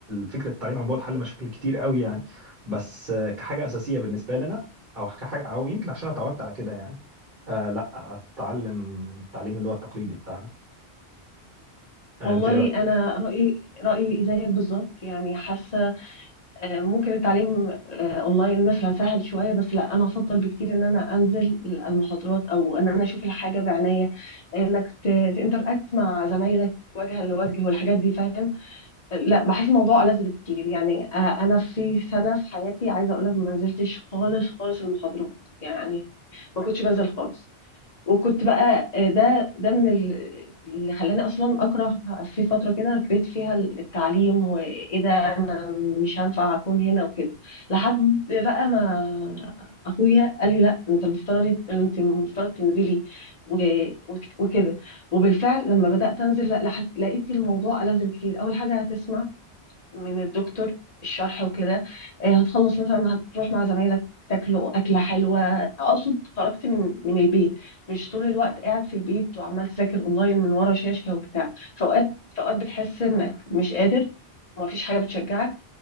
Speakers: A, on the right; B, on the left.
A: فكرة التعليم عن بعد حل مشاكل كتير قوي يعني بس آه، كحاجة أساسية بالنسبة لنا أو كحاجة أو يمكن عشان أنا اتعودت على كده يعني آه لا اتعلم التعليم اللي هو التقليدي بتاعنا آه
B: والله
A: انت ايه رايك
B: انا رايي رايي زيك بالظبط يعني حاسه آه، ممكن التعليم آه، اونلاين مثلا سهل شويه بس لا انا افضل بكتير ان انا انزل المحاضرات او ان انا اشوف الحاجه بعناية انك تنتراكت مع زمايلك وجها لوجه والحاجات دي فاهم لا بحس الموضوع ألذ بكتير يعني آه، انا في سنه في حياتي عايزه اقول لك ما نزلتش خالص خالص المحاضرات يعني ما كنتش بنزل خالص وكنت بقى آه، ده ده من ال- اللي خلاني اصلا اكره في فتره كده كرهت فيها التعليم وايه ده انا مش هينفع اكون هنا وكده لحد بقى ما اخويا قال لي لا انت المفترض انت المفترض تنزلي و- وت- وكده وبالفعل لما بدات انزل لا لحد- لقيت الموضوع ألذ بكتير اول حاجه هتسمع من الدكتور الشرح وكده آه، هتخلص مثلا هتروح مع زمايلك تاكلوا أكلة حلوة أقصد خرجت من من البيت مش طول الوقت قاعد في البيت وعمال تذاكر أونلاين من ورا شاشة وبتاع فأوقات فأوقات بتحس إنك مش قادر ومفيش حاجة بتشجعك